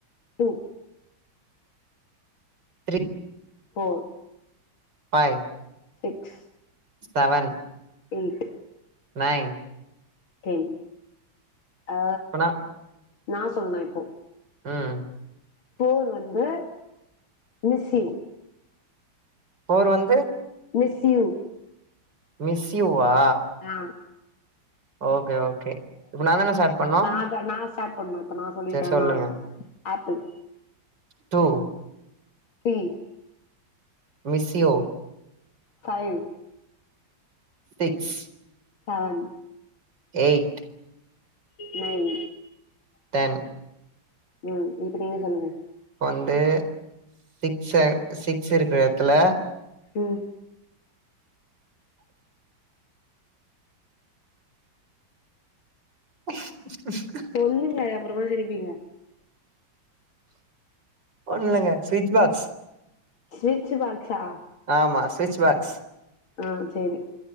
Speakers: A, on the left (about 85°); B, on the right (about 60°).
A: two
B: three
A: four
B: hi
A: six
B: seven
A: eight
B: nine
A: ten ஆ
B: இப்பனா
A: நா சொல்னு இப்போ
B: ம்
A: ஃபிளோர் வந்து மிஸ்ஸிங்
B: ஓர் வந்து
A: மிஸ் யூ
B: மிஸ்யூவா
A: ஆ
B: ஓகே ஓகே இப்ப நா தான ஸ்டார்ட் பண்ணு
A: நா இப்ப நா ஸ்டாட் பண்ணு இப்ப நா சொல்லிட்ட
B: சரி சொல்லுங்க
A: நா சா apple
B: two
A: three
B: miss you
A: five
B: six
A: seven
B: eight
A: nine
B: ten
A: ம் இப்டியே சொல்லுங்க
B: வந்து சிக்ஸ்ஸ சிக்ஸ் இருக்குற எடத்துல
A: ம்
B: <unintelligible>
A: சொல்லுங்க அப்றமா சிரிப்பீங்க
B: ஒண்ணங்க ஸ்விட்ச் பாக்ஸ்
A: ஸ்வீட்ஸ் பாக்ஸா
B: ஆமா ஸ்விச் பாக்ஸ்
A: ஆ சேரி